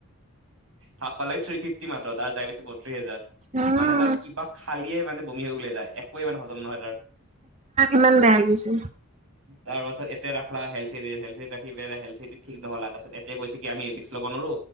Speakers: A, on the right (about 85°); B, on the right (about 30°).
A: থাকব লাগে থ্ৰি ফিফ্‌টি মাত্ৰ আৰু তাৰ যাই পাইছে বত্ৰিশ হাজাৰ
B: উম
A: মানে তাৰ কিবা খালিয়ে মানে বমি হৈ উলাই যায়। একোৱে ইমান হজম নহয় তাৰ
B: ইমান বেয়া লাগিছে
A: তাৰ পাছত এয়া ৰাখলা হেলত চিটি হেলত চিটিত ৰাখি পেলাই হেল চিটি ঠিক নহ'ল তাৰপাত এতিয়া কৈছে কি আমি ৰিক্স ল'ব নোৱাৰো